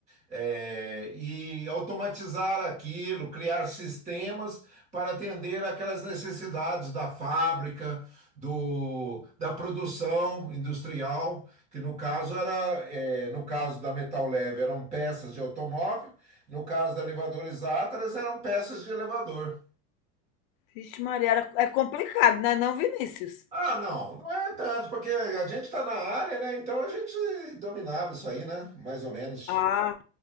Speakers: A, on the right; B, on the left.
A: é, e automatizar aquilo, criar sistemas para atender aquelas necessidades da fábrica, do, da produção industrial, que no caso era, é, no caso da Metal Leve, eram peças de automóvel no caso da elevadores Atlas, eram peças de elevador.
B: Vixe Maria, era é complicado, né, não, Vinícius?
A: Ah, não, não é tanto, porque a gente está na área, né? Então a gente dominava isso aí, né? Mais ou menos.
B: Ah,